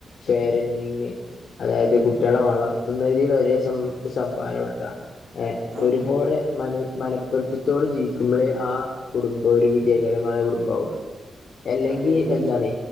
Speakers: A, on the left (about 70°); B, on the right (about 70°).
A: പേരന്റിങ് അതായത് കുട്ടികളെ വളർത്തുന്നതിന് ഒരേ സം സംഭാവന കൊടുക്ക ഏ
B: ആഹ്
A: ഒരുപൊടെ മല മന പൊര്ത്തതോടെ ജീവിക്കുമ്പളേ ആ കുടുംബെ ഒരു വിജയകരമായ കുടുംബാവുള്ളു. എല്ലെങ്കി
B: അതെ ഒരു
A: എന്താണ്